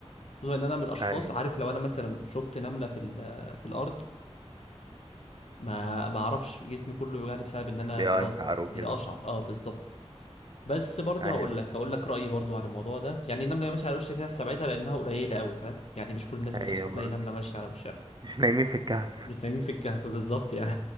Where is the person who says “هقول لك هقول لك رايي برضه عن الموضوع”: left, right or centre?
Left